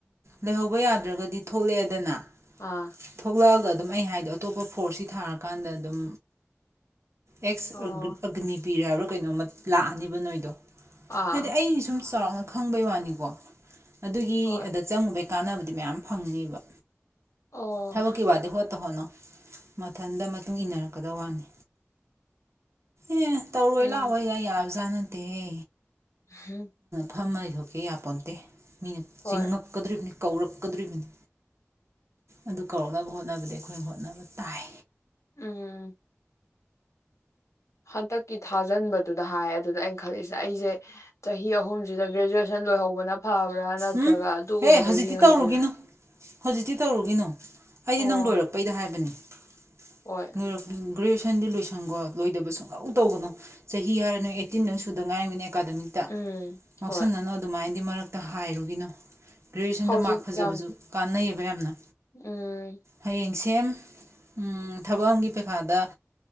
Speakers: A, on the right; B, on the left.
A: ꯂꯩꯍꯧꯕ ꯌꯥꯗ꯭ꯔꯒꯗꯤ ꯊꯣꯛꯂꯛꯑꯦꯗꯅ
B: ꯑꯥ
A: ꯊꯣꯛꯂꯛꯑꯒ ꯑꯗꯨꯝ ꯑꯩ ꯍꯥꯏꯗꯣ ꯑꯇꯣꯞꯄ ꯐꯣꯔꯁꯤ ꯊꯥꯔꯀꯥꯟꯗ ꯑꯗꯨꯝ ꯑꯦꯛꯁ
B: ꯑꯣ
A: ꯑꯒ ꯑꯒꯅꯤ ꯄꯤꯔ ꯍꯥꯏꯕ ꯀꯩꯅꯣꯃ ꯂꯥꯛꯑꯅꯤꯕ ꯅꯣꯏꯗꯣ
B: ꯑꯥ
A: ꯍꯥꯏꯗꯤ ꯑꯩꯗꯤꯁꯨꯨꯝ ꯆꯥꯎꯔꯥꯛꯅ ꯈꯪꯕꯩ ꯋꯥꯅꯤꯀꯣ ꯑꯗꯨꯒꯤ
B: ꯍꯣꯏ
A: ꯑꯗ ꯆꯪꯉꯨꯕꯩ ꯀꯥꯟꯅꯕꯗꯤ ꯃꯌꯥꯝ ꯐꯪꯒꯅꯤꯕ
B: ꯑꯣ
A: ꯊꯥꯕꯛꯀꯤ ꯋꯥꯗꯤ ꯍꫭꯠꯇ ꯍꫭꯠꯅꯧ ꯃꯊꯟꯇ ꯃꯇꯨꯡ ꯏꯟꯅꯔꯛꯀꯗ ꯋꯥꯅꯤ ꯑꯦ ꯇꯧꯔꯣꯏ
B: ꯎꯝ
A: ꯂꯥꯛꯑꯣꯏꯒ ꯌꯥꯕꯖꯥꯠ ꯅꯠ ꯇꯦꯍꯦ
B: <unintelligible>
A: ꯐꯝꯃ ꯂꯩꯊꯣꯛꯀꯦ ꯌꯥ ꯄꯣꯟꯇꯦ ꯃꯤꯅ
B: ꯍꯣꯏ
A: ꯆꯤꯡꯉꯛꯀꯗꯨꯔꯤꯕꯅꯦ ꯀꯧꯔꯛꯀꯗꯣꯔꯤꯕꯅꯦ ꯑꯗꯨ ꯀꯧꯔꯛꯅꯕ ꯍꯣꯠꯅꯕꯗ ꯑꯩꯈꯣꯏ ꯍꯣꯠꯅꯕ ꯇꯥꯏ
B: ꯎꯝ ꯍꯟꯗꯛꯀꯤ ꯊꯥꯖꯤꯟꯕꯗꯨꯗ ꯍꯥꯏ ꯑꯗꯨꯗ ꯑꯩꯅ ꯈꯜꯂꯤꯁꯦ ꯑꯩꯁꯦ ꯆꯍꯤ ꯑꯍꯨꯝꯁꯤꯗ ꯒ꯭ꯔꯦꯖꯨꯑꯦꯁꯟ ꯂꯣꯏꯍꯧꯕꯅ ꯐꯕ꯭ꯔꯥ ꯅꯠꯇ꯭ꯔꯒ
A: ꯎꯝ
B: ꯑꯗꯨꯒꯨꯝꯕꯗꯣ
A: ꯍꯦ ꯍꯧꯖꯤꯛꯇꯤ
B: ꯌꯦꯡꯉꯥꯁꯤꯔꯥ
A: ꯇꯧꯔꯨꯒꯤꯅꯨ ꯍꯧꯖꯤꯛꯇꯤ ꯇꯧꯔꯨꯒꯤꯅꯣ ꯑꯩꯗꯤ
B: ꯑꯣ
A: ꯅꯪ ꯂꯣꯏꯔꯛꯄꯩꯗ ꯍꯥꯏꯕꯅꯤ <unintelligible>
B: ꯍꯣꯏ
A: ꯒ꯭ꯔꯦꯖꯨꯋꯦꯁꯟꯗꯤ ꯂꯣꯏꯁꯟꯈꯣ ꯂꯣꯏꯗꯕ ꯁꯨꯡꯇꯩ ꯇꯧꯒꯅꯨ ꯆꯍꯤ ꯍꯥꯏꯒꯦ ꯅꯣꯏ ꯑꯩꯠꯇꯤꯟꯗꯥ ꯁꯨꯗ ꯉꯥꯏꯔꯝꯒꯤꯅꯤ ꯑꯦꯀꯥꯗꯃꯤꯛꯇ
B: ꯎꯝ
A: ꯉꯥꯎꯁꯤꯟꯅꯅꯨ
B: ꯍꯣꯏ
A: ꯑꯗꯨꯃꯥꯏ ꯃꯔꯛꯇ ꯍꯥꯏꯔꯨꯒꯤꯅꯣ ꯒ꯭ꯔꯦꯖꯨꯌꯦꯁꯟꯗ
B: ꯍꯧꯖꯤꯛ
A: ꯃꯥꯔꯛ ꯐꯖꯕꯁꯨ
B: ꯌꯥꯝ
A: ꯀꯥꯟꯅꯩꯌꯦꯕ ꯌꯥꯝꯅ
B: ꯎꯝ
A: ꯍꯌꯦꯡꯁꯤ ꯁꯦꯝ ꯊꯕꯛ ꯑꯃꯒꯤ ꯄꯩꯈꯥꯗ